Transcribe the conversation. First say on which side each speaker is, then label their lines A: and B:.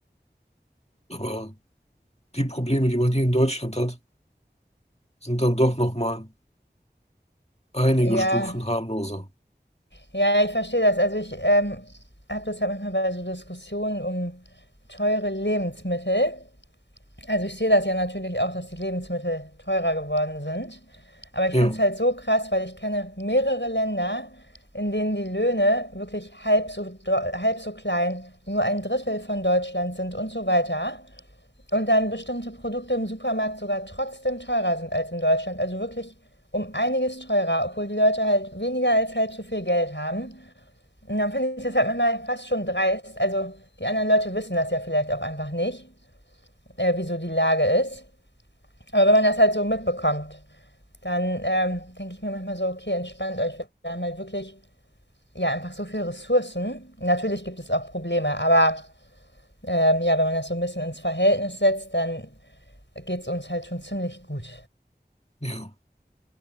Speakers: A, on the left (about 35°); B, on the left (about 80°).
A: Aber die Probleme, die man hier in Deutschland hat, sind dann doch nochmal einige
B: Ja,
A: Stufen harmloser.
B: ja, ich verstehe das. Also ich ähm, habe das halt manchmal bei so Diskussionen um teure Lebensmittel. Also ich sehe das ja natürlich auch, dass die Lebensmittel teurer geworden sind. Aber ich
A: Ja,
B: finde es halt so krass, weil ich kenne mehrere Länder, in denen die Löhne wirklich halb so, halb so klein, nur ein Drittel von Deutschland sind und so weiter. Und dann bestimmte Produkte im Supermarkt sogar trotzdem teurer sind als in Deutschland. Also wirklich um einiges teurer, obwohl die Leute halt weniger als halb so viel Geld haben. Und dann finde ich das halt manchmal fast schon dreist. Also die anderen Leute wissen das ja vielleicht auch einfach nicht, äh, wieso die Lage ist. Aber wenn man das halt so mitbekommt, dann ähm, denke ich mir manchmal so, okay, entspannt euch. Wir haben halt wirklich ja einfach so viele Ressourcen. Natürlich gibt es auch Probleme, aber ähm, ja, wenn man das so ein bisschen ins Verhältnis setzt, dann geht es uns halt schon ziemlich gut.
A: ja.